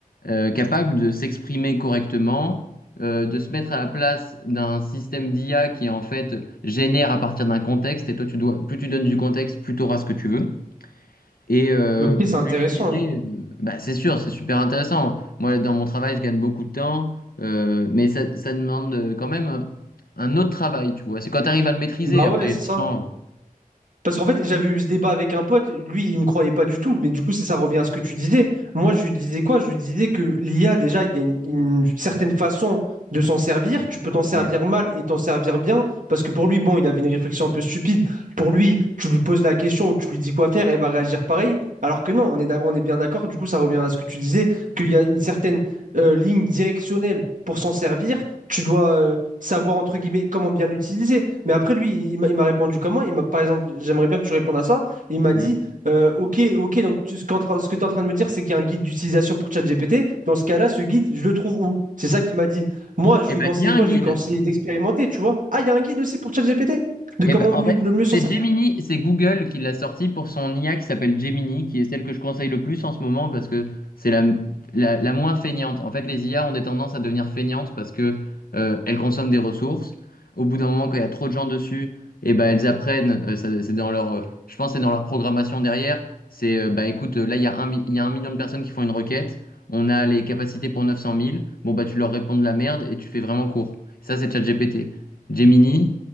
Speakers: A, on the left; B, on the right.
A: euh, capable de s'exprimer correctement, euh, de se mettre à la place d'un système d'IA qui en fait génère à partir d'un contexte, et toi tu dois, plus tu donnes du contexte, plus tu auras ce que tu veux. Et euh,
B: Ok,
A: faut
B: c'est intéressant.
A: l'utiliser, euh, bah, c'est sûr, c'est super intéressant. Moi, dans mon travail, je gagne beaucoup de temps, euh, mais ça, ça demande euh, quand même euh, un autre travail, tu vois. C'est quand tu arrives à le maîtriser,
B: Bah
A: après,
B: ouais, c'est
A: les
B: ça.
A: gens...
B: Parce qu'en fait, j'avais eu ce débat avec un pote, lui, il me croyait pas du tout, mais du coup, c'est- ça revient à ce que tu disais. Moi, je lui disais quoi? Je lui disais que l'IA, déjà, il y a une, une certaine façon de s'en servir. Tu peux t'en servir
A: Ouais.
B: mal et t'en servir bien, parce que pour lui, bon, il avait une réflexion un peu stupide. Pour lui, tu lui poses la question ou tu lui dis quoi faire, elle va réagir pareil. Alors que non, on est, d'ac- on est bien d'accord, du coup, ça revient à ce que tu disais, qu'il y a une certaine euh, ligne directionnelle pour s'en servir. Tu dois euh, savoir, entre guillemets, comment bien l'utiliser. Mais après, lui, il il m'a il m'a répondu comment? Il m'a, par exemple, j'aimerais bien que tu répondes à ça. Il m'a
A: Mmh.
B: dit, euh, OK, OK, donc tu- ce, qu'en train- ce que tu es en train de me dire, c'est qu'il y a un guide d'utilisation pour ChatGPT. Dans ce cas-là, ce guide, je le trouve où? C'est ça qu'il m'a dit. Moi, je
A: Eh
B: lui
A: ben,
B: ai conseillé
A: il y a
B: quoi?
A: un guide.
B: Je lui ai conseillé d'expérimenter, tu vois. Ah, il y a un guide aussi pour ChatGPT? De
A: Eh
B: comment
A: ben,
B: mieux-
A: en fait,
B: le mieux
A: c'est
B: s'en servir?
A: Gemini, c'est Google qui l'a sorti pour son IA qui s'appelle Gemini, qui est celle que je conseille le plus en ce moment parce que c'est la, la, la moins feignante. En fait, les IA ont des tendances à devenir feignantes parce que euh, elles consomment des ressources. Au bout d'un moment, quand il y a trop de gens dessus, eh ben, elles apprennent. euh, ça- c'est dans leur, euh, je pense, que c'est dans leur programmation derrière. C'est, euh, bah, écoute, euh, là, il y a un, mi- il y a un million de personnes qui font une requête. On a les capacités pour 900 000. Bon, bah, tu leur réponds de la merde et tu fais vraiment court. Ça, c'est ChatGPT. Gemini.